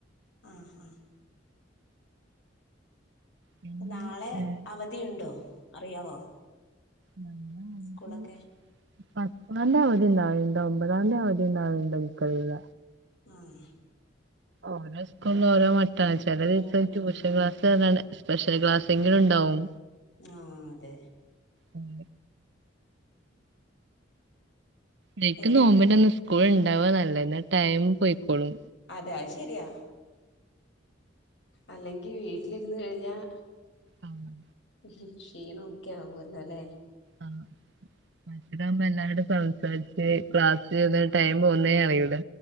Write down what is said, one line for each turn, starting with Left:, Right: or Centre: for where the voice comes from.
Left: ആഹ് ആഹ്
Right: പിന്നെ
Left: അപ്പൊ നാളെ
Right: ഏഹ്
Left: അവധിയുണ്ടോ അറിയാവോ?
Right: ഞങ്ങ വണ്ട്.
Left: സ്കൂളൊക്കെ
Right: പത്താന്തി അവധിണ്ടാവലുണ്ട് ഒമ്പതാന്തി അവതിണ്ടാവലുണ്ടോ ഇൻക്കറീല
Left: ആഹ്
Right: ഓരോ സ്കൂളും ഓരോ മട്ടാണ് ചെല ദിവസം
Left: ഉം
Right: ട്യൂഷൻ
Left: ഉം
Right: ക്ലാസ് പറഞ്ഞാണ്ട് സ്പെഷ്യൽ ക്ലാസെങ്കിലും ഇണ്ടാവും
Left: ആഹ് അതെ
Right: ഉം നേര്ക്ക്
Left: എന്നിട്ട്
Right: നോമ്പിന്റെ അന്ന് സ്കൂൾ ഉണ്ടാവാ നല്ലത് എന്നാ ടൈം പോയിക്കോളും
Left: അതെ അത് ശരിയാ അല്ലെങ്കി വീട്ടിലിരുന്ന് കഴിഞ്ഞാൽ.
Right: ആഹ്
Left: ഉം ഉം ക്ഷീണം ഒക്കെ ആവല്ലോല്ലേ?
Right: ആഹ് മറ്റതാവുമ്പോ എല്ലാരുടെയും സംസാരി ഏഹ് ക്ലാസ് ചെയ്ത ടൈം പോന്നേ അറിയൂല്ല